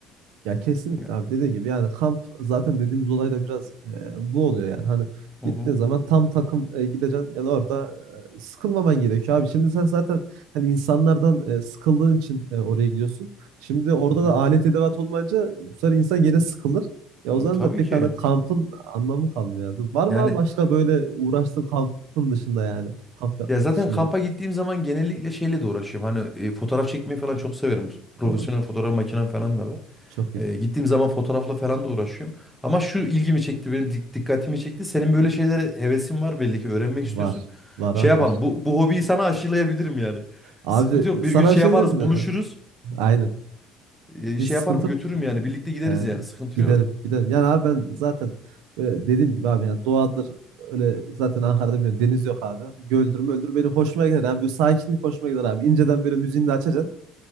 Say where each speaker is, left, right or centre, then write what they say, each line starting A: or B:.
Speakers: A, on the right; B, in the centre.
A: Ya kesinlikle
B: Ya.
A: abi dediğin gibi yani kamp zaten dediğimiz olay da biraz e, bu oluyor yani hani
B: Hı
A: gittiğin
B: hı.
A: zaman tam takım e, gideceksin yani orada e, sıkılmaman gerekiyor abi şimdi sen zaten hani insanlardan e, sıkıldığın için e, oraya gidiyorsun şimdi orada
B: Hı hı.
A: da alet edevat olmayınca bu sefer insan gene sıkılır ya o
B: E,
A: zaman
B: Tabii
A: da pek
B: ki.
A: hani kampın anlamı kalmıyor yani var mı
B: Yani
A: abi başka böyle uğraştığın kampın dışında yani kamp yapmak
B: ya zaten
A: dışında
B: kampa gittiğim zaman genellikle şeyle de uğraşıyorum. Hani e, fotoğraf çekmeyi falan çok severim. Profesyonel
A: o
B: fotoğraf makinem falan da var.
A: çok iyi
B: E, gittiğim zaman fotoğrafla falan da uğraşıyorum. Ama şu ilgimi çekti benim dik- dikkatimi çekti. Senin böyle şeylere hevesin var belli ki öğrenmek istiyorsun.
A: var var
B: Şey
A: abi
B: yapalım
A: var
B: bu, bu hobiyi sana aşılayabilirim yani.
A: abi
B: Sıkıntı yok bir
A: sana
B: gün şey
A: bir şey
B: yaparız
A: diyeyim mi?
B: buluşuruz.
A: Aynen.
B: E,
A: Hiç
B: şey
A: sıkıntı
B: yaparım götürürüm
A: yok.
B: yani birlikte gideriz
A: He,
B: yani sıkıntı
A: gidelim
B: yok.
A: gidelim. Yani abi ben zaten böyle dediğim gibi abi yani doğadır öyle zaten Ankara'da biliyorum deniz yok abi. Göldür öldür. benim hoşuma gider abi. Böyle sakinlik hoşuma gider abi. İnceden böyle müziğini de açacaksın.